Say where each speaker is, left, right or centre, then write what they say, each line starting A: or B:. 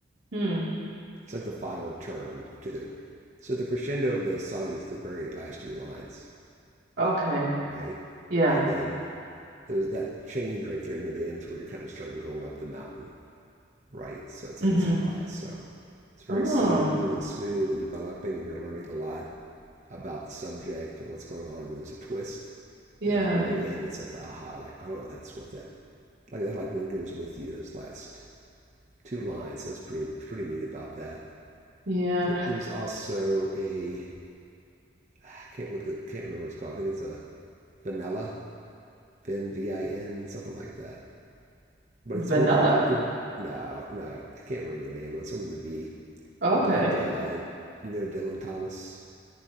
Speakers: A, on the right; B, on the right.
A: Hmm.
B: It's like the final turn to the so the crescendo of the sonnet is the very last two lines,
A: Okay.
B: right?
A: Yeah.
B: And then there's that change right there near the end is where you're kind of starting going up the mountain, right? So it's
A: Mm-hmm.
B: like a surprise. So it's very
A: Oh.
B: smooth and smooth and developing, and you're learning a lot about the subject and what's going on, and there's a twist.
A: Yeah.
B: And at the very end, it's like the aha, like oh, that's what that like that like lingers with you. Those last two lines. So that's pretty pretty neat about that.
A: Yeah.
B: There, there's also a I can't with the, can't remember what it's called. I think it's a vanilla vin v i n something like that. But it's
A: Vanilla.
B: one that like it, it, no no I can't remember the name But it. Some of the V.
A: Okay.
B: But like uh, you know Dylan Thomas,